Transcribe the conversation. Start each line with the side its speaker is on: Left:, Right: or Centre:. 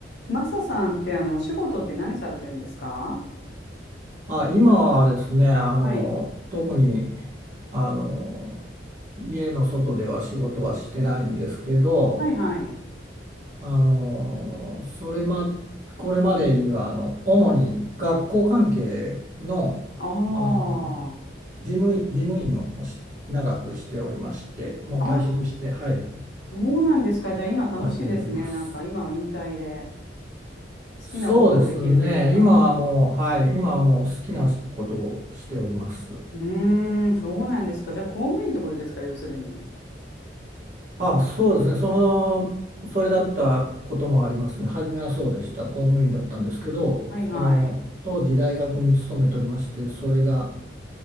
Left: マサさんってあの、お仕事って何されてるんですか
Right: あ、今はですね、あの、
Left: はい。
Right: 特に、あの、家の外では仕事はしてないんですけど、
Left: はいはい。
Right: あの、それま、これまでには、あの、主に学校関係の、
Left: ああ。
Right: あの、事務員、事務員をし長くしておりまして、もう退職して、
Left: あ、
Right: はい、
Left: そうなんですか。じゃあ今楽しいですね。
Right: 今家におります。
Left: なんか今は引退で好きなことをできるというか。
Right: そうですね、今はもう、はい、今はもう好きなことをしております。
Left: うーん、そうなんですか。じゃあ公務員ってことですか、要するに。
Right: あ、そうですね。その、それだったこともありますね。初めはそうでした。公務員だったんですけど、
Left: はいはい。
Right: その当時大学に勤めておりまして、それが